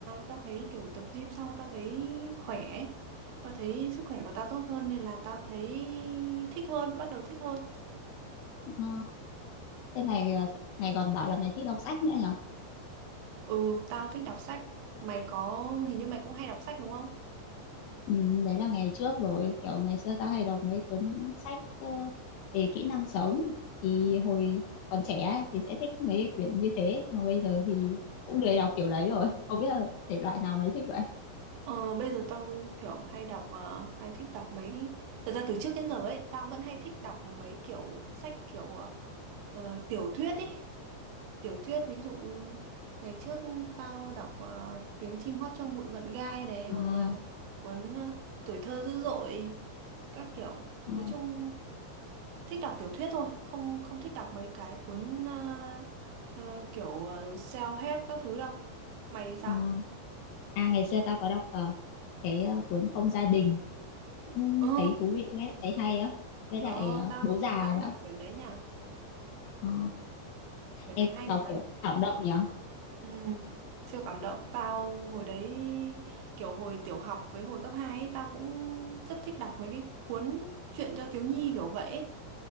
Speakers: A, on the right (about 85°); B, on the left (about 90°).
A: tao thấy kiểu tập gym xong tao thấy khỏe ấy. Tao thấy sức khỏe của tao tốt hơn nên là tao thấy thích hơn, bắt đầu thích hơn
B: Ờ, thế này mày ờ, mày còn bảo là mày thích đọc sách nữa nhỉ
A: Ừ, tao thích đọc sách. Mày có, hình như mày cũng hay đọc sách đúng không?
B: Ừ, đấy là ngày trước rồi kiểu ngày xưa tao hay đọc mấy cuốn sách ờ, về kỹ năng sống thì
A: Ừ.
B: hồi còn trẻ ấy, thì sẽ thích mấy cái quyển như thế nhưng mà bây giờ thì cũng lười đọc kiểu đấy rồi <laughs> không biết là thể loại nào mày thích vậy
A: Ờ, bây giờ tao kiểu hay đọc, ờ, hay thích đọc mấy... Thật ra từ trước đến giờ ấy, tao vẫn hay thích đọc mấy kiểu sách kiểu ờ, ờ, tiểu thuyết ấy. Tiểu thuyết, ví dụ ngày trước tao đọc ờ, Tiếng chim hót trong bụi mận gai này,
B: à,
A: hoặc là cuốn ờ, Tuổi thơ dữ dội, các kiểu.
B: à,
A: Nói chung thích đọc tiểu thuyết thôi không không thích đọc mấy cái cuốn ờ, ờ, kiểu ờ, self-help các thứ đâu mày thì sao
B: à. à ngày xưa tao có đọc ờ, cái ờ, cuốn Không gia đình cũng
A: ừ
B: thấy thú vị đấy thấy hay á với
A: ờ,
B: lại ờ,
A: tao
B: Bố già
A: tao cũng
B: nữa
A: đọc quyển đấy nha
B: Ờ,
A: quyển
B: em
A: đấy hay
B: đọc
A: mà
B: kiểu cảm động nhỉ
A: ừ, siêu cảm động tao hồi đấy kiểu hồi tiểu học với hồi cấp 2 ấy, tao cũng rất thích đọc mấy cái cuốn truyện cho thiếu nhi kiểu vậy ấy.